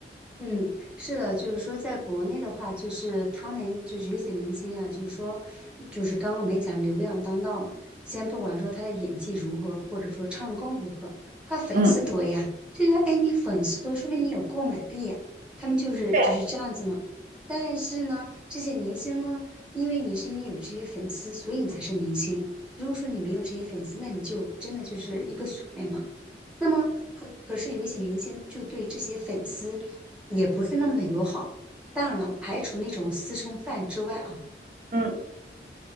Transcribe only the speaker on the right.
嗯，
对，
嗯